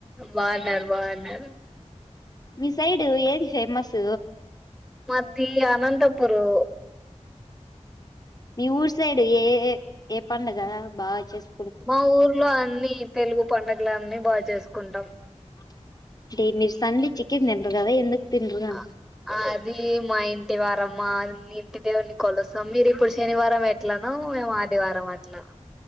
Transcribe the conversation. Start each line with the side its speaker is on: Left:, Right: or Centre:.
Centre: బాగున్నారు. బాగున్నారు.
Left: మీ సైడు ఏది ఫేమస్?
Centre: మాది అనంతపురు.
Left: మీ ఊరు సైడు, ఏ ఏ పండగ బాగ చేస్
Centre: మా ఊర్లో అన్ని తెలుగు పడుగలె. అన్ని బా చేసుకుంటాం.
Left: అంటే, మీరు సండే చికెన్ తినరు కదా ఎందుకు? తినరు
Centre: అ అది మా ఇంటి వారమ్మా ఇంటి దేవుని కొలుస్తాం మీరు ఇప్పుడు శనివారం ఎట్లాన మేము ఆదివారం అట్లాలను